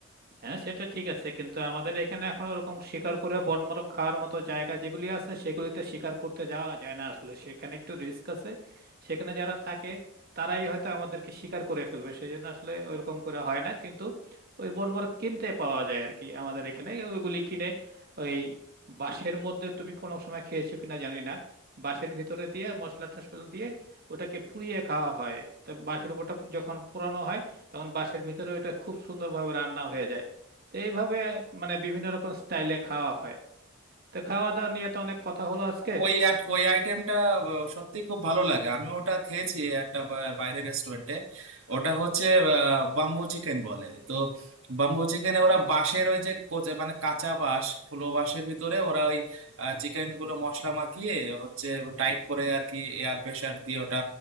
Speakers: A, on the right; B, on the right.
A: হ্যাঁ সেটা ঠিক আছে কিন্তু আমাদের এখানে এখন ওরকম শিকার করে বনমারক খাওয়ার মতো জায়গা যেগুলি আছে সেগুলিতে শিকার করতে যাওয়া যায় না আসলে সেখানে একটু রিস্ক আছে সেখানে যারা থাকে তারাই হয়তো আমাদেরকে শিকার করে ফেলবে সেই জন্য আসলে ওইরকম করে হয় না কিন্তু ওই বনমারক কিনতে পাওয়া যায় আর কি আমাদের এখানে ওইগুলি কিনে ওই বাঁশের মধ্যে তুমি কোনো সময় খেয়েছো কিনা জানি না বাঁশের ভিতরে দিয়ে মশলা টশলা দিয়ে ওটাকে পুড়িয়ে খাওয়া হয় তো বাঁশের উপরটা যখন পোড়ানো হয় তখন বাঁশের ভিতরে ওইটা খুব সুন্দরভাবে রান্না হয়ে যায় তো এইভাবে মানে বিভিন্ন রকম স্টাইলে খাওয়া হয় তো খাওয়া দাওয়া নিয়ে তো অনেক কথা হলো আজকে
B: ওই আট- ওই আইটেমটা সত্যি খুব ভালো লাগে আমি ওটা খেয়েছি একটা বা- বাইরের রেস্টুরেন্টে ওটা হচ্ছে বাম্বু চিকেন বলে তো বাম্বু চিকেনে ওরা বাঁশের ওই যে কোচে- মানে কাঁচা বাঁশ ফুলো বাঁশের ভিতরে ওরা ওই চিকেন গুলো মশলা মাখিয়ে হচ্ছে টাইট করে আর কি এয়ার প্রেসার দিয়ে ওটা